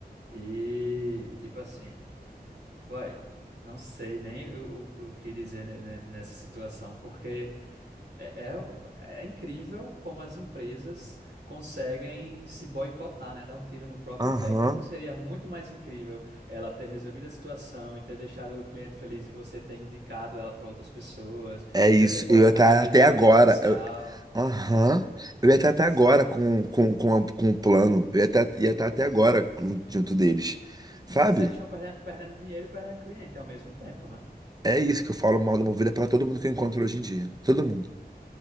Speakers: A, on the right; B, on the right.
A: E, tipo assim, boy, não sei nem o, o, o que dizer ne- ne- nessa situação, porque. É, é, é incrível como as empresas conseguem se boicotar, né? Dar um tiro no próprio
B: Aham.
A: pé. Que não seria muito mais incrível ela ter resolvido a situação e ter deixado o cliente feliz e você ter indicado ela para outras pessoas,
B: É
A: você
B: isso.
A: ter postado
B: Eu ia estar
A: isso
B: até agora.
A: numa rede social,
B: eu- Aham. Eu, ia estar até
A: sabe?
B: agora com, com, com, a- com o plano. Eu ia estar, ia estar até agora junto junto deles. Sabe?
A: Pois é, eles estão perdendo, perdendo dinheiro e perdendo cliente ao mesmo tempo, né?
B: É isso que eu falo mal da Movida para todo mundo que eu encontro hoje em dia. Todo mundo.